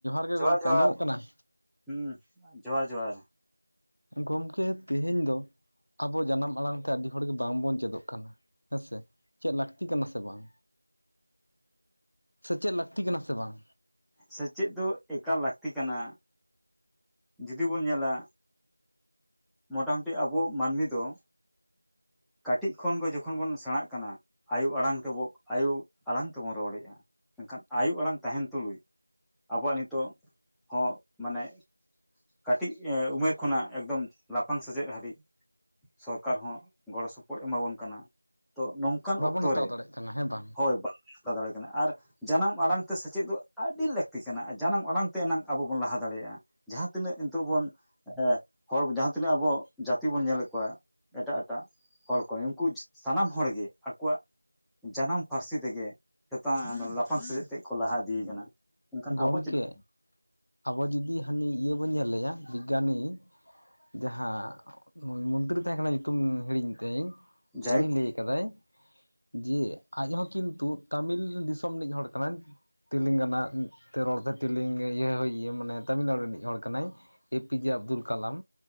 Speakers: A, on the left; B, in the centre.
A: ᱜᱮ
B: ᱡᱚᱦᱟᱨ
A: ᱜᱚᱢᱠᱮ
B: ᱡᱚᱦᱟᱨ
A: ᱟᱸᱡᱚᱢᱚᱜ ᱠᱟᱱᱟ
B: ᱦᱩᱸ ᱡᱚᱦᱟᱨ ᱡᱚᱦᱟᱨ
A: ᱜᱚᱢᱠᱮ ᱛᱮᱦᱮᱧ ᱫᱚ ᱟᱵᱚ ᱡᱟᱱᱟᱢ ᱟᱲᱟᱝ ᱛᱮ ᱟᱹᱰᱤ ᱦᱚᱲᱜᱮ ᱵᱟᱝ ᱵᱚᱱ ᱪᱮᱫᱚᱜ ᱠᱟᱱᱟ ᱦᱮᱸ ᱥᱮ ᱪᱮᱫ ᱞᱟᱹᱠᱛᱤ ᱠᱟᱱᱟ ᱥᱮ ᱵᱟᱝ ᱥᱮᱪᱮᱫ ᱞᱟᱹᱠᱛᱤ ᱠᱟᱱᱟ ᱥᱮ ᱵᱟᱝ
B: ᱥᱮᱪᱮᱫ ᱫᱚ ᱮᱠᱟᱞ ᱞᱟᱹᱠᱛᱤ ᱠᱟᱱᱟ ᱡᱩᱫᱤ ᱵᱚᱱ ᱧᱮᱞᱟ ᱢᱚᱴᱟᱢᱩᱴᱤ ᱟᱵᱚ ᱢᱟᱹᱱᱢᱤ ᱫᱚ ᱠᱟᱹᱴᱤᱡ ᱠᱷᱚᱱ ᱜᱮ ᱡᱚᱠᱷᱚᱱ ᱵᱚᱱ ᱥᱮᱬᱟᱜ ᱠᱟᱱᱟ ᱟᱭᱳ ᱟᱲᱟᱝ ᱛᱮᱵᱚ ᱟᱭᱳ ᱟᱲᱟᱝ ᱛᱮᱵᱚᱱ ᱨᱚᱲᱮᱫ-ᱟ ᱮᱱᱠᱷᱟᱱ ᱟᱭᱩ ᱟᱲᱟᱝ ᱛᱟᱦᱮᱱ ᱛᱩᱞᱩᱡ ᱟᱵᱚᱣᱟᱜ ᱱᱤᱛᱚᱜ ᱦᱚᱸ ᱢᱟᱱᱮ ᱠᱟᱹᱴᱤᱡ ᱩᱢᱮᱨ ᱠᱷᱚᱱᱟᱜ ᱮᱠᱫᱚᱢ ᱞᱟᱯᱷᱟᱝ ᱥᱮᱪᱮᱫ ᱦᱟᱵᱤᱡ ᱥᱚᱨᱠᱟᱨ ᱦᱚᱸ ᱜᱚᱲᱚ ᱥᱚᱯᱚᱦᱚᱫ ᱮᱢᱟᱵᱚᱱ ᱠᱟᱱᱟ ᱛᱚ ᱱᱚᱝᱠᱟ ᱚᱱᱠᱟᱱ
A: ᱵᱟᱵᱚᱱ
B: ᱚᱠᱛᱚ
A: ᱦᱟᱛᱟᱣ
B: ᱨᱮ
A: ᱫᱟᱲᱮᱭᱟᱜ ᱠᱟᱱᱟ ᱦᱮᱸ ᱵᱟᱝ
B: ᱦᱳᱭ <unintelligible> ᱦᱟᱛᱟᱣ ᱫᱟᱲᱮ ᱠᱟᱱᱟ ᱟᱨ ᱡᱟᱱᱟᱢ ᱟᱲᱟᱝ ᱛᱮ ᱥᱮᱪᱮᱫ ᱫᱚ ᱟᱹᱰᱤ ᱞᱟᱹᱠᱛᱤ ᱠᱟᱱᱟ ᱡᱟᱱᱟᱢ ᱟᱲᱟᱝ ᱛᱮ ᱮᱱᱟᱝ ᱟᱵᱚ ᱵᱚᱱ ᱞᱟᱦᱟ ᱫᱟᱲᱮᱭᱟᱜ-ᱟ ᱡᱟᱦᱟᱸ ᱛᱤᱱᱟᱹᱜ ᱡᱟᱦᱟ ᱛᱤᱱᱚᱜ ᱵᱚᱱ ᱦᱚᱲ ᱡᱟᱦᱟᱸ ᱛᱤᱱᱟᱹᱜ ᱟᱵᱚ ᱡᱟᱹᱛᱤ ᱵᱚᱱ ᱧᱮᱞᱮᱫ ᱠᱚᱣᱟ ᱮᱴᱟᱜ ᱮᱴᱟᱜ ᱦᱚᱲ ᱠᱚ ᱩᱱᱠᱩ ᱥᱟᱱᱟᱢ ᱦᱚᱲᱜᱮ ᱟᱠᱚᱣᱟᱜ ᱡᱟᱱᱟᱢ ᱯᱟᱹᱨᱥᱤ ᱛᱮᱜᱮ ᱪᱮᱛᱟᱱ ᱞᱟᱯᱷᱟᱝ ᱥᱮᱪᱮᱫ ᱛᱮᱫ ᱠᱚ ᱞᱟᱦᱟ ᱤᱫᱤᱭ ᱠᱟᱱᱟ ᱮᱱᱠᱷᱟᱱ
A: ᱜᱚᱢᱠᱮ
B: ᱟᱵᱚ ᱪᱮᱫᱟᱜ
A: ᱟᱵᱚ ᱡᱩᱫᱤ ᱦᱟᱹᱱᱤ ᱤᱭᱟᱹ ᱵᱚᱱ ᱧᱮᱞᱮᱭᱟ ᱵᱤᱜᱽᱜᱟᱱᱤ ᱡᱟᱦᱟᱸ ᱱᱩᱭ ᱢᱚᱱᱛᱨᱤ ᱛᱟᱦᱮᱸᱠᱟᱱᱟ ᱧᱩᱛᱩᱢ ᱦᱤᱲᱤᱧ ᱛᱮᱧ
B: ᱡᱟᱭᱦᱳᱠ
A: ᱩᱱᱤ ᱞᱟᱹᱭ ᱠᱟᱫᱟᱭ ᱡᱮ ᱟᱡ ᱦᱚᱸ ᱠᱤᱱᱛᱩ ᱛᱟᱹᱢᱤᱞ ᱫᱤᱥᱚᱢ ᱨᱤᱱᱤᱡ ᱦᱚᱲ ᱠᱟᱱᱟᱭ ᱛᱮᱞᱮᱝᱠᱟᱱᱟ ᱨᱚᱲᱛᱮ ᱛᱮᱞᱤᱝ ᱤᱭᱟᱹ ᱦᱩᱭᱩᱜ ᱢᱟᱱᱮ ᱛᱟᱹᱟᱢᱤᱞᱱᱟᱲᱩ ᱨᱤᱱᱤᱡ ᱦᱚᱲ ᱠᱟᱱᱟᱭ ᱮ ᱯᱤ ᱡᱮ ᱟᱵᱫᱩᱞ ᱠᱟᱞᱟᱢ